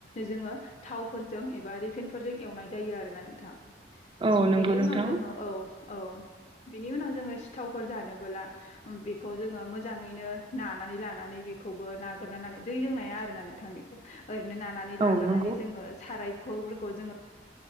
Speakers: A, on the left; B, on the right.
A: जोङो थावफोरजों एबा रिफेनफोरजों एवनाय जायो आरो ना नों थां
B: औ नंगौ
A: बेनि
B: नोंथां
A: उनाव जोङो औ औ बेनि उनाव जोङो सिथावफोर जानबोला बेखौ जोङो मोजाङैनो नानानै लानानै बे खौबो नागिरनानैनानै दै जोंनाया आरो ना नोंथां बेखौ ओरैनो नानानै लाग्रोनानै
B: औ नंगौ
A: जोङो सारायखौफोरखौ जोङो